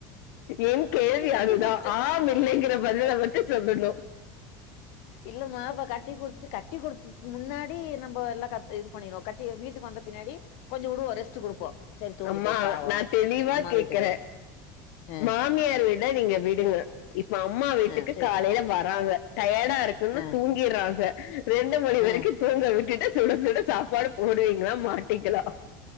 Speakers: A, on the left; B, on the left.
A: என் கேள்வி
B: கட்டி
A: அது தா
B: குடுத்துட்டு
A: ஆம் இல்லைங்ற பதில மட்டு சொல்லனு
B: இல்லமா இப்ப கட்டி குடுத்து கட்டி குடுத்ததுக்கு முன்னாடி நம் போ எல்லா கத் இது பண்ணிருவோ கட்டி வீட்டுக்கு வந்த பின்னாடி கொஞ்சோ வுடுவோ ரெஸ்ட்டு குடுப்போ சரி தூங்கட்டு
A: அம்மா
B: பாவோ
A: நா தெளிவா
B: அம்மா
A: கேக்குறே
B: வீட்டுக்கு வருது அ
A: மாமியார் வீட நீங்க விடுங்க இப்ப அம்மா வீட்டுக்கு
B: அ சரி
A: காலைல வராங்க டயர்டா இருக்குன்
B: அ
A: தூங்கிறாக ரெண்டு மணி வரைக்கு
B: அ
A: தூங்க விட்டுட்டு சுட சுட சாப்பாடு போடுவீங்ளா மாட்டிங்ளா